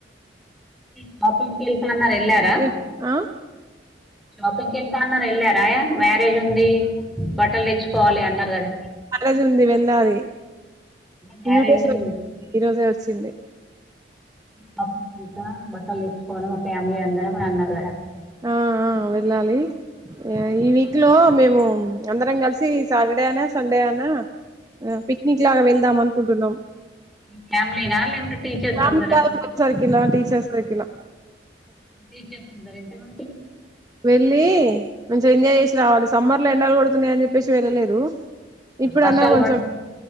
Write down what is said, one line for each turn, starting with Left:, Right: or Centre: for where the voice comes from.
Centre: షాపింగ్ కెళ్తాన్నారు ఎల్లారా?
Right: రే ఆ
Centre: షాపింగ్ కెళ్తా అన్నారా? ఎల్లారయ మ్యారేజ్ ఉంది. ది బట్టలు తెచ్చుకోవాలి అన్నారు కదా
Right: మ్యారేజ్ ఉంది వెళ్ళాలి
Centre: మ్యారేజ్
Right: ఇన్విటేషన్
Centre: ఉంది.
Right: ఈ వచ్చింది.
Centre: పాపం బుట్ట బట్టలు తెచ్చుకోవాలి మా ఫ్యామిలీ అందరం అని అన్నారు కదా!
Right: ఆ అ వెళ్ళాలి ఏ ఈ వీక్ లో మేము అందరం కలిసి సాటర్డే అయినా సండే అనా నా అ పిక్నిక్ లాగా వెళ్దాం అనుకుంటున్నాం.
Centre: మీ ఫ్యామిలీనా లేకుంటే టీచర్స్
Right: బాగుంటాయి
Centre: అందరా
Right: ఫ్రెండ్ సర్కిళ్ల ఆ టీచర్ సర్కిళ్ల
Centre: టీచర్స్ ఉండరెంటుగా
Right: వెళ్ళి మన్ ఎంజాయ్ చేసి రావాలి. సమ్మర్ లో ఎండాలు కొడుతున్నాయని జెప్పేసి వెళ్ళలేదు. ఇప్పుడు
Centre: వర్షాలు
Right: అన్న కొంచెం
Centre: పడ్